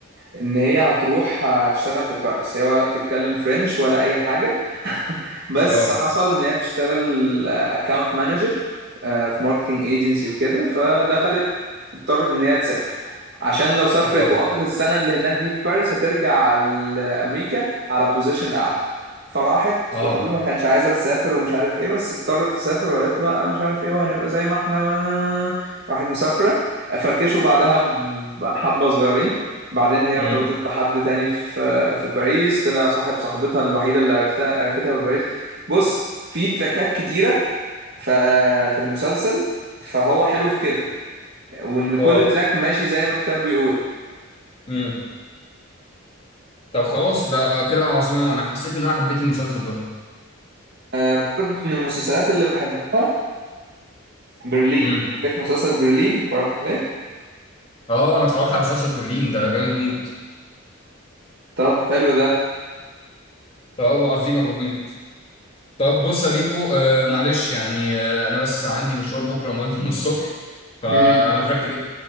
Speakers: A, on the right; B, on the left.
A: ان هي هتروح تشتغل في باريس هي ولا بتتكلم فرنش ولا اي حاجه <laughs> بس
B: اه
A: حصل ان هي بتشتغل اكاونت مانجر في ماركتنج ايجنسي وكده فدخلت اضطرت ان هي تسافر عشان لو سافرت
B: اه
A: وقضت السنه اللي هناك دي في باريس هترجع لامريكا على بوزيشن اعلى فراحت
B: اه
A: وحبيبها ما كانش عايزه تسافر ومش عارف ايه بس اضطرت تسافر وقالت له لا مش عارف ايه وهنبقى زي ما احنا آه، راحت مسافره فركشوا بعدها بحبه صغيرين بعدين هي
B: امم
A: ارتبطت بحد تاني في في باريس طلع صاحب صاحبتها الوحيدة اللي عرفتها عرفتها في باريس بص في تراكات كتيرة ف- في المسلسل فهو حلو في كده وإن كل
B: اه
A: تراك ماشي زي ما الكتاب بيقول
B: امم طب خلاص ده كده عظيم أوي. انا حسيت ان انا حبيت المسلسل ده
A: آه، برضه من المسلسلات اللي بحبها برلين
B: امم
A: عارف مسلسل برلين اتفرجت عليه؟
B: اه انا اتفرجت على مسلسل برلين ده جامد موت
A: طب حلو ده
B: طب عظيم يا ابو حميد طب بص يا بيبو آه معلش يعني آه انا بس عندي مشوار بكره مهم <laughs> من الصبح فانا
A: مم.
B: فرحت جدا